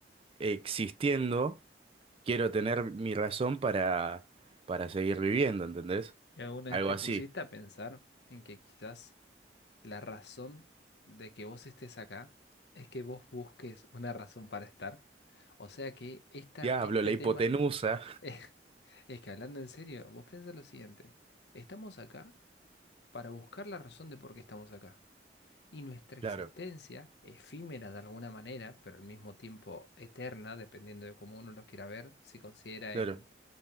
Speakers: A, on the right (about 30°); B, on the left (about 70°).
A: existiendo, quiero tener mi razón para, para seguir viviendo, ¿entendés?
B: ¿Y alguna
A: Algo
B: vez te
A: así.
B: pusiste a pensar en que quizás la razón de que vos estés acá es que vos busques una razón para estar? O sea que esta,
A: Diablo,
B: este
A: la hipotenusa.
B: tema
A: <laughs>
B: <laughs> es, que hablando en serio, vos piensa lo siguiente, estamos acá para buscar la razón de por qué estamos acá. Y nuestra existencia,
A: Claro,
B: efímera de alguna manera, pero al mismo tiempo eterna, dependiendo de cómo uno lo quiera ver, si considera
A: claro.
B: en